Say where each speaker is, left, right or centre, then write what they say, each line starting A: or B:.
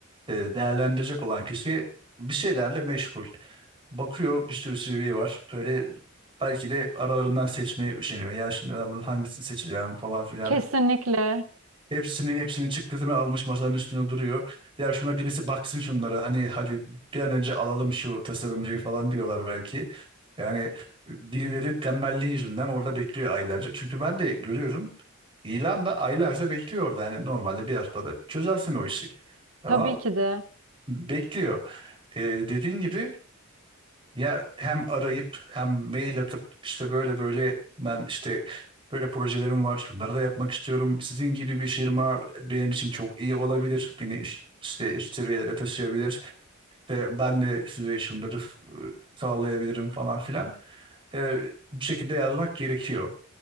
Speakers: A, on the right; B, on the right.
A: e, değerlendirecek olan kişi bir şeylerle meşgul. Bakıyor bir sürü CV var. Böyle belki de aralarından seçmeye üşeniyor. Ya şimdi ben bunu hangisini seçeceğim falan filan.
B: Kesinlikle.
A: Hepsinin hepsinin çıktısını almış masanın üstüne duruyor. Ya şuna birisi baksın şunlara hani hadi bir an önce alalım şu tasarımcıyı falan diyorlar belki. Yani birileri tembelliği yüzünden orada bekliyor aylarca. Çünkü ben de görüyorum ilan da aylarca bekliyor orada. Hani normalde bir haftada çözersin o işi. Ama
B: Tabii ki de.
A: bekliyor. Ee, dediğin gibi ya hem arayıp hem mail atıp işte böyle böyle ben işte böyle projelerim var şunları da yapmak istiyorum. Sizin gibi bir firma benim için çok iyi olabilir. Beni üst, işte üst seviyelere taşıyabilir ve ben de size şunları e, sağlayabilirim falan filan. E, bu şekilde yazmak gerekiyor.